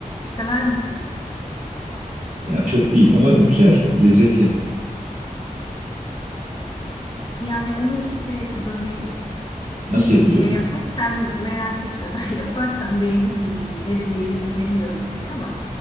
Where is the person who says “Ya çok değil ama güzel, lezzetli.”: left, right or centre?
Right